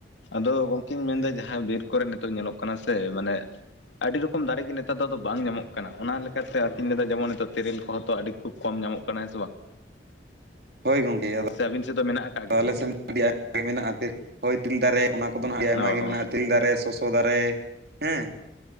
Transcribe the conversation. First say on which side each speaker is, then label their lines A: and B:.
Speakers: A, on the left (about 85°); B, on the right (about 60°).
A: ᱟᱫᱚ ᱜᱚᱝᱠᱮᱧ ᱢᱮᱱᱫᱟ
B: ᱦᱮᱸ
A: ᱡᱟᱦᱟᱸ ᱵᱤᱨ ᱠᱚᱨᱮ ᱱᱤᱛᱚᱜ ᱧᱮᱞᱚᱜ ᱠᱟᱱᱟ ᱥᱮ ᱢᱟᱱᱮ ᱟᱹᱰᱤ ᱨᱚᱠᱚᱢ ᱫᱟᱨᱮ ᱜᱮ ᱱᱮᱛᱟᱨ ᱫᱚ ᱫᱚ ᱵᱟᱝ ᱧᱟᱢᱚᱜ ᱠᱟᱱᱟ ᱚᱱᱟ ᱞᱮᱠᱟᱛᱮ ᱟᱹᱛᱤᱧ ᱞᱮᱫᱟ ᱡᱮᱢᱚᱱ ᱱᱤᱛᱚᱜ ᱛᱮᱨᱮᱞ ᱠᱚᱸ ᱛᱚ ᱟᱹᱰᱤ ᱠᱷᱩᱵ ᱠᱚᱢ ᱧᱟᱢᱚᱜ ᱠᱟᱱᱟ ᱠᱟᱱᱟ ᱦᱮᱥᱮ ᱵᱟᱝ
B: ᱦᱳᱭ ᱜᱚᱝᱠᱮ ᱟᱫᱚ
A: ᱥᱮ ᱟᱹᱵᱤᱱ ᱥᱮᱫ ᱫᱚ ᱢᱮᱱᱟᱜ ᱟ?
B: ᱛᱚ ᱟᱞᱮ ᱥᱮᱱ ᱟᱹᱰᱤ ᱟᱭᱢᱟ ᱜᱮ ᱢᱮᱱᱟᱜᱼᱟ ᱦᱳᱭ ᱛᱮᱨᱮᱞ ᱫᱟᱨᱮ ᱚᱱᱟ ᱠᱚᱫᱚ ᱦᱟᱜ ᱟᱹᱰᱤ ᱟᱭᱢᱟ
A: ᱚ
B: ᱜᱮ ᱢᱮᱱᱟᱜᱼᱟ ᱛᱤᱨᱤᱞ ᱫᱟᱨᱮ ᱥᱚᱥᱚ ᱫᱟᱨᱮ ᱦᱮᱸ